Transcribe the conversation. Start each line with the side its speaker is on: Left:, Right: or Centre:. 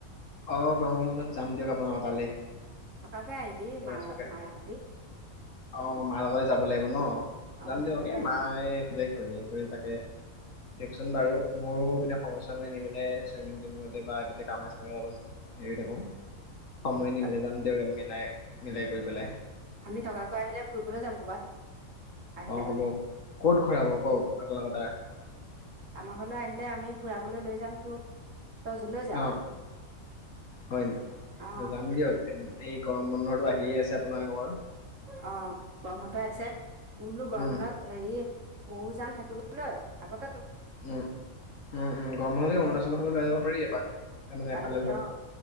Left: অ গৰমবন্ধত যাম দিয়ক আপোনাৰ ক তালে
Right: থকাকে আহিবি
Left: ফুৰা
Right: মাৰ
Left: চকা
Right: মাৰে সতি ৷
Left: অ মা লগতে যাব লাগিব ন? যাম
Right: অ
Left: দিয়কে
Right: থকাকে
Left: এ
Right: আহিবি
Left: মায়ে এইফালে ঘূৰি ফুৰে তাকে দিয়কচোন বাৰু মোৰো এপিনে সময় চময় নিমিলে চুইমিং টুইমিঙ বা কামে চামে হেৰি হৈ থাকো।
Right: উম
Left: সময়
Right: থকাকে
Left: নিমিলে যাম দিয়ক মিলাই। মিলাই কৰি পেলাই।
Right: আমি থকাকৈ আহিলে ফুৰিবলৈ যাম কৰ'বাত। আহিলে
Left: অ হ'ব
Right: মানে
Left: ক'ত ঘূৰাব কওক আপোনালোকৰ তাৰ
Right: আমাৰ ঘৰলৈ আহিলে আমি ফুৰাবলৈ লৈ যাম তোক তই যলৈ যাৱ
Left: অ হয় নেকি
Right: অ
Left: যাম দিয়ক এই গৰম বন্ধটো আহি হি আছে আপোনাৰ
Right: অ গৰম বন্ধ আহিছে মই বোলো গৰম
Left: উম
Right: বন্ধত হেৰি ময়ো যাম থাকিবলৈ আগত
Left: উম উম উম গৰম বন্ধতে
Right: আগতে
Left: অৰুণাচলৰ ফালে ওলাই যাব পাৰি এপাক মানে
Right: পাৰি
Left: এফালে ধৰক
Right: অ